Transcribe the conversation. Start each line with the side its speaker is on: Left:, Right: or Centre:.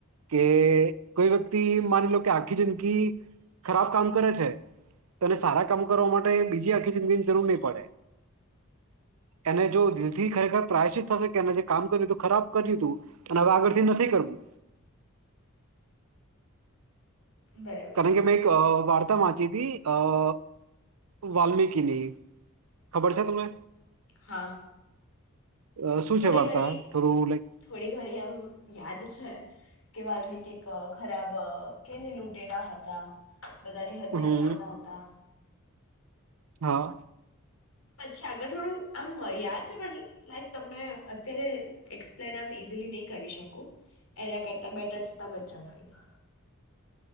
Right: કે કોઈ વ્યક્તિ માની લો કે આખી જિંદગી ખરાબ કામ કરે છે તોને સારા કામ કરવા માટે બીજી આખી જિંદગીની જરૂર નહીં પડે એને જો દિ લ થી ખરેખર પ્રાયશિત થશે કે એ જે કામ કર્યું હતું ખરાબ કર્યું હતું પણ હવે આગળથી નથી કરવું.
Left: બરાબર
Right: કારણ
Left: છે
Right: કે મેં એક વાર વાંચી હતી વાલ્મીકીની, ખબર છે તમને?
Left: હા
Right: અ શું
Left: થોડી
Right: છે વાર્તા
Left: ઘણી
Right: થોડું લાઈક
Left: થોડી ઘણી એમ યાદ છે કે વાલ્મી ખરાબ કેને લૂંટેરા હતા. બધારી હત્યા
Right: હમ
Left: કરતા હતા.
Right: હા.
Left: પછી આગળ થોડું આમ યાદ છે પણ લાઈક મેં અત્યારે પ્લેન આમ ઈઝીલી નહી કરી શકું એના કરતાં બેટર છે તમે જ જણાવી લો.